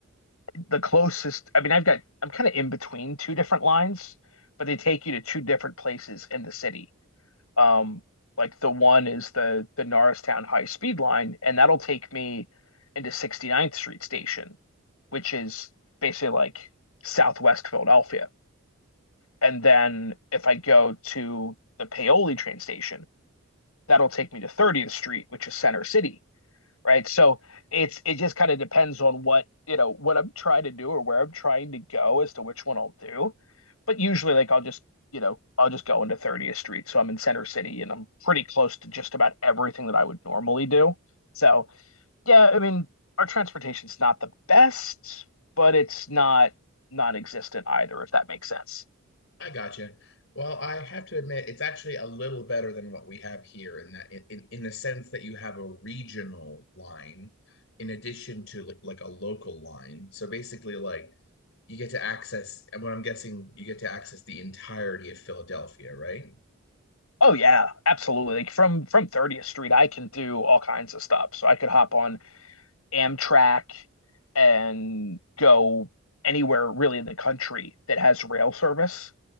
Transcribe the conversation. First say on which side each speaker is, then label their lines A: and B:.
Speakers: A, on the left; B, on the left.
A: the closest i mean i've got i'm kind of in between two different lines but they take you to two different places in the city um like the one is the the norristown high speed line and that'll take me into 69th street station which is basically like southwest philadelphia and then if I go to the Paoli train station, that'll take me to 30th Street, which is Center City, right? So it's it just kind of depends on what, you know, what I'm trying to do or where I'm trying to go as to which one I'll do. But usually like I'll just, you know, I'll just go into 30th Street. So I'm in Center City and I'm pretty close to just about everything that I would normally do. So, yeah, I mean, our transportation's not the best, but it's not non-existent either, if that makes sense.
B: I got you. Well, I have to admit, it's actually a little better than what we have here in that in, in, in the sense that you have a regional line in addition to like, like a local line. So basically, like you get to access, and what I'm guessing, you get to access the entirety of Philadelphia, right?
A: Oh yeah, absolutely. Like from from 30th Street, I can do all kinds of stuff. So I could hop on Amtrak and go anywhere really in the country that has rail service,